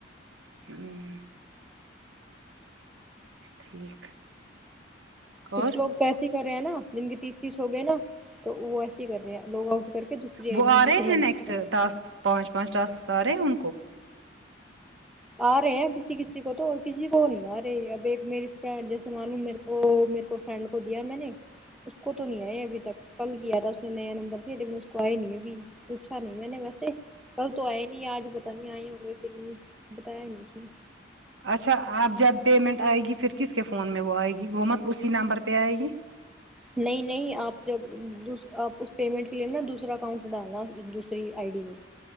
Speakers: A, on the right; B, in the centre.
A: ہوں ٹھیک
B: کچھ
A: اور
B: لوگ تو ایسے ہی کر رہے ہیں نا جن کے تیس تیس ہو گئے نا تو وہ ایسے ہی کر رہے ہیں لوگ آؤٹ کر کے دوسرے
A: وہ
B: دوسرے
A: آ رہے ہیں
B: نمبر
A: نیکسٹ ٹاسک پانچ پانچ ٹاسک آ رہے ہیں ان کو
B: آ رہے ہیں کسی کسی کو تو اور کسی کو نہیں آ رہی اب ایک میری فرینڈ جیسے معلوم میریکو وہ میرے کو فرینڈ کو دیا ہیں میں نے اس کو تو نہیں آئے ابھی تک کل کیا تھا اس نے نیا نمبر لیکن اس کو آئے نہیں ابھی پوچھا نہیں میں نے ویسے کل تو آئے نہیں آج پتا نہیں آئے ہو گئے بتایا نہیں اس نے
A: اچھا آب جب پیمنٹ آئے گی پھر کس کے فون میں وہ آئے گی وہ مت اسی نمبر پہ آئے گی
B: نہیں نہیں آپ جب آپ اس پیمنٹ کے لیے نا دوسرا اکاؤنٹ ڈالنا دوسری آئی ڈی میں